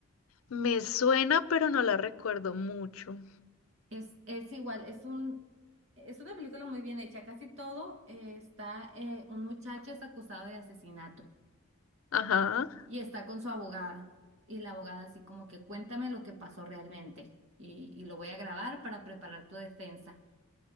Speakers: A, on the left (about 75°); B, on the right (about 75°).
A: Me suena, pero no la recuerdo mucho.
B: Es, es igual, es un, es una película muy bien hecha, casi todo eh, está, eh, un muchacho es acusado de asesinato.
A: Ajá,
B: Y está con su abogada. Y la abogada así como que cuéntame lo que pasó realmente. Y, y lo voy a grabar para preparar tu defensa.